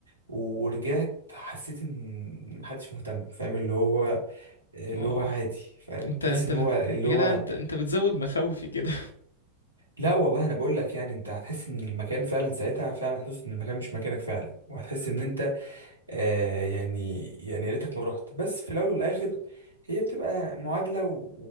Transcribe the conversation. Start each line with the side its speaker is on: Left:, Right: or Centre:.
Right: ورجعت حسيت ان محدش مهتم فاهم اللي هو اللي
Left: آه.
Right: هو عادي فاهم
Left: انت
Right: تحس
Left: انت
Right: ان
Left: بت...
Right: هو اللي
Left: يا
Right: هو
Left: جدع انت انت بتزود مخاوفي كده
Right: لا والله انا بقول لك يعني انت هتحس ان المكان فعلا ساعتها فعلا هتحس ان المكان مش مكانك فعلا وهتحس ان انت آه يعني يعني يا ريتك ما رحت بس في الاول والاخر هي بتبقى معادلة و...